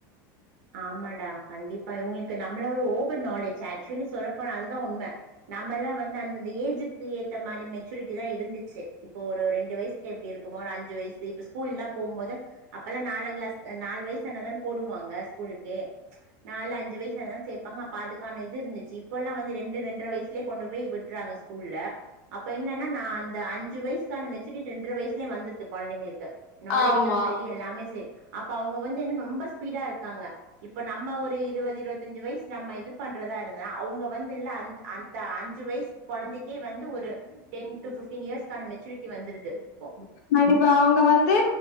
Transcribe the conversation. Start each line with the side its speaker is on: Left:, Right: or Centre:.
Right: ஆமாடா கண்டிப்பா இவங்களுக்கு நம்மள ஒரு ஓவர் நாலேஜ் ஆக்சுவலி சொல்லப்போன அதுதா உண்மை நம்மல்லா வந்து அந்தந்த ஏஜுக்கு ஏத்த மாதிரி மெச்சூரிட்டி தா இருந்துச்சு இப்போ ஒரு ரெண்டு வயசுக்கு எப்டி இருக்குமோ ஒரு அஞ்சு வயசு இப்ப ஸ்கூல் எல்லா போகும் போது அப்பெல்லா நாலாம் கிளாஸ் நாலு வயசுனாதானே போடுவாங்க ஸ்கூலுக்கு நாலு அஞ்சு வயசுானா சேப்பாங்க அப்ப அதுக்கான இது இருந்துச்சு இப்ப எல்லா வந்து ரெண்டு ரெண்ட்ர வயசுலயே கொண்டு போய் விட்டுறாங்க ஸ்கூல்ல அப்ப என்னன்னா நா அந்த அஞ்சு வயசுக்கான மெச்சுரிட் ரெண்ட்ர வயசுலயே வந்தருது குழந்தைங்களுக்கு ரு நாலேஜு
Left: ஆமா
Right: சரி எல்லாமே சரி அப்ப அவங்க வந்து என்ன ரொம்ப ஸ்பீடா இருக்கு இப்ப நம்ம ஒரு இருபது இருபத்தஞ்சு வயசு நம்ம இது பண்றதா இருந்தா அவுங் வந்து அந்த அந்த அஞ்சு வயசு கொழந்தைக்கே வந்து ஒரு டென் டூ ஃபிப்டீன் இயர்ஸ்கான மெச்சூரிட்டி வந்துருது ஒ
Left: கண்டிப்பா அவங்க வந்து